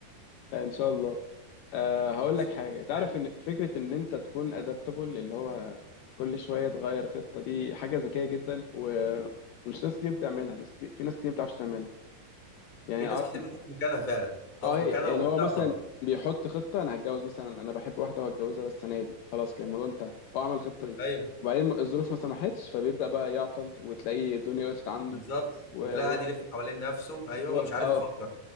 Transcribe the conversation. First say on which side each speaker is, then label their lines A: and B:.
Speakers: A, on the left; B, on the left.
A: آه، إن شاء الله أه هقول
B: بس
A: لك حاجة تعرف
B: فاهم
A: إن فكرة إن أنت تكون أدابتبل اللي هو كل شوية تغير خطة دي حاجة ذكية جدا ومش ناس كتير بتعملها ناس كتير في ناس كتير ما بتعرفش تعملها يعني
B: في ناس
A: أعرف
B: كتير بتقف مكانها فعلا تقف
A: اه هي-
B: مكانها
A: يعني
B: وبتعطل
A: هو مثلا بيحط خطة انا هتجوز مثلا انا بحب واحدة وهتجوزها السنة دي خلاص كان الموضوع انتهى هو عمل الخطة دي
B: ايوه
A: وبعدين الظروف ما سمحتش فبيبدأ بقى يعطل وتلاقيه الدنيا وقفت عنده
B: بالظبط
A: و-
B: وتلاقي
A: ويقعد
B: قاعد يلف حوالين نفسه ايوه
A: ويقعد-
B: ومش عارف
A: اه
B: يفكر